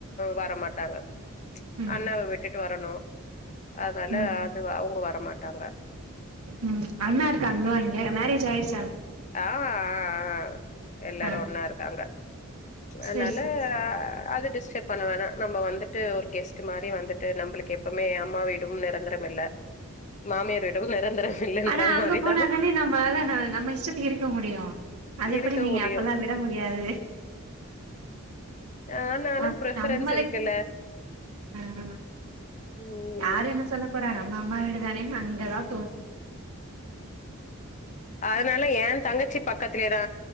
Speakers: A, on the left; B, on the right.
A: வரமாட்டாங்க
B: ம்
A: அண்ணாவ விட்டுட்டு வரணு அதால
B: ம்
A: அது அவுங்க வரமாட்டாங்க
B: ம் அண்ணா இருக்காங்களோ அங்க மேரேஜ் ஆயிருச்சா
A: ஆ ஆ ஆ எல்லாரு
B: ஆ
A: ஒன்னா இருக்காங்க அதுனால
B: செரி செரி
A: அது டிஸ் பண்ண வேணா நம்ம வந்துட்டு ஒரு கெஸ்ட் மாரி வந்துட்டு நம்மளுக்கு எப்பவுமே அம்மா வீடும் நிரந்தரம் இல்ல மாமியார் வீடும் நெரந்தரோ இல்லன்ற
B: ஆனா அங்க
A: மாரிதா
B: போனா தானே நம்மளால ந நம்ம இஷ்டத்துக்கு இருக்க முடியு அது எப்டி
A: இருக்க
B: நீங்க
A: முடியு
B: அப்பல்லா விட முடியாது
A: ஆனாலு
B: அ
A: ப்ரிஃபரன்ஸ்
B: நம்மளே
A: இருக்குல்ல
B: ஆ ஆ
A: ம்
B: யாரு என்ன சொல்ல போறா நம்ம அம்மா வீடுதானேனு அங்கதா தூங்
A: அதுனால ஏ தங்கச்சி பக்கத் துலேதா